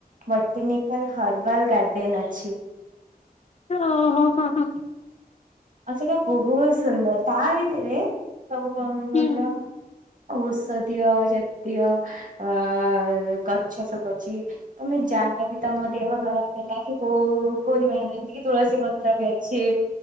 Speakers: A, on the right; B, on the left.
A: ଭଟିନିକାଲ ହର୍ବାଲ ଗାର୍ଡେନ ଅଛି।
B: ଓ ହୋ ହୋ ହୋ।
A: ଆ ସେଟା ବୋହୁତ ସୁନ୍ଦର ତା ଭିତରେ ସବୁ କଙ୍ଗ
B: ହୁଁ
A: କହିଲ? ଔଷଧୀୟ ଜାତୀୟ ଅ ଗଛ ସବୁ ଅଛି। ତମେ ଯାହାବି ତମ ଦେହ ଖରାପ ହେଲା କି କୋଉ କୋଉଥିପାଇଁ ନାହିଁ ଏମିତିକି ତୁଳସୀ ପତ୍ର ବି ଅଛି।